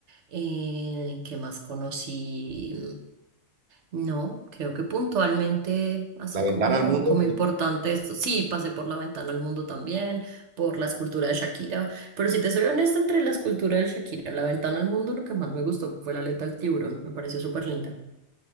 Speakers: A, on the right (about 60°); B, on the right (about 45°).
A: Eh, ¿qué más conocí? No, creo que puntualmente, así
B: la ventana
A: como,
B: al mundo.
A: como
B: no.
A: importante esto. Sí, pasé por la ventana al mundo también, por la escultura de Shakira, pero si te soy honesta, entre la escultura de Shakira y la ventana al mundo, lo que más me gustó fue la aleta del tiburón, me pareció súper linda.